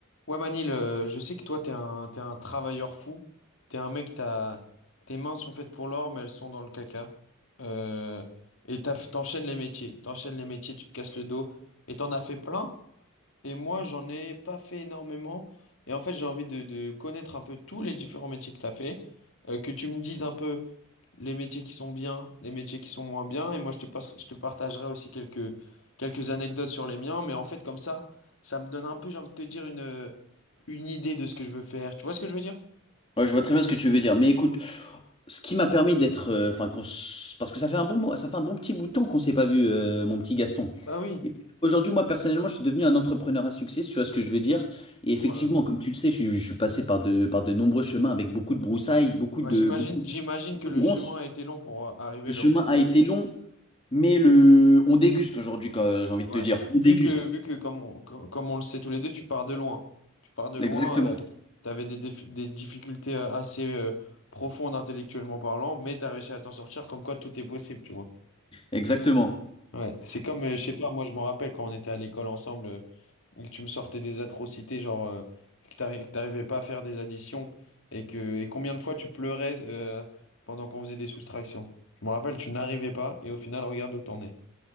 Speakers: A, on the left; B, on the left.
A: Ouais Manil, euh, je sais que toi t'es un, t'es un travailleur fou, t'es un mec, t'as, tes mains sont faites pour l'or mais elles sont dans le caca. Euh, et t'as- t'enchaînes les métiers, t'enchaînes les métiers, tu te casses le dos et t'en as fait plein et moi j'en ai pas fait énormément et en fait j'ai envie de, de connaître un peu tous les différents métiers que t'as fait, euh, que tu me dises un peu les métiers qui sont bien, les métiers qui sont moins bien. Et moi, je te passe- je te partagerai aussi quelques, quelques anecdotes sur les miens. Mais en fait, comme ça, ça me donne un peu, j'ai envie de te dire, une, une idée de ce que je veux faire. Tu vois ce que je veux dire?
B: Ouais, je vois très bien ce que tu veux dire. Mais écoute, ce qui m'a permis d'être, euh, enfin, qu'on s- parce que ça fait un bon, mo- ça fait un bon petit bout de temps qu'on s'est pas vu, euh, mon petit Gaston.
A: Bah oui.
B: Et aujourd'hui, moi personnellement, je suis devenu un entrepreneur à succès, si tu vois ce que je veux dire. Et
A: Oh
B: effectivement,
A: là là.
B: comme tu le sais, je, suis je suis passé par de, par de nombreux chemins avec beaucoup de broussailles, beaucoup
A: Ouais,
B: de,
A: j'imagine,
B: beaucoup,
A: j'imagine
B: beaucoup
A: que le
B: de ronces.
A: chemin a été long pour euh, arriver
B: Le chemin
A: là où t'en
B: a été long, mais le, on déguste aujourd'hui, quand- j'ai envie de
A: es.
B: te
A: Ouais.
B: dire, on
A: Vu
B: déguste.
A: que, vu que comme on, co- comme on le sait tous les deux, tu pars de loin. Tu pars de loin,
B: Exactement,
A: tu avais des, défi- des difficultés euh, assez euh, profondes intellectuellement parlant, mais tu as réussi à t'en sortir comme quoi tout est possible, tu vois.
B: exactement,
A: Ouais, c'est comme, euh, je sais pas, moi je me rappelle quand on était à l'école ensemble, euh, et que tu me sortais des atrocités, genre euh, que t'arri- que t'arrivais pas à faire des additions, et que et combien de fois tu pleurais euh, pendant qu'on faisait des soustractions. Je me rappelle, tu n'arrivais pas, et au final, regarde où t'en es.